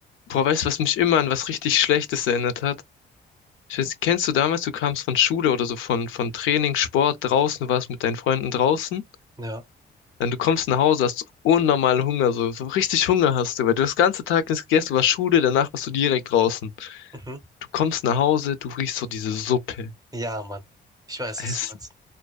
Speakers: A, on the left; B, on the right.
A: boah, weißt du, was mich immer an was richtig Schlechtes erinnert hat? Ich weiß, kennst du damals, du kamst von Schule oder so, von, von Training, Sport, draußen warst mit deinen Freunden draußen,
B: Ja.
A: dann du kommst nach Hause, hast unnormalen Hunger, so, so richtig Hunger hast du, weil du das ganze Tag nichts gegessen, du warst Schule, danach warst du direkt draußen.
B: Mhm.
A: Du kommst nach Hause, du riechst so diese Suppe.
B: Ja, Mann. Ich weiß,
A: Es,
B: was du meinst.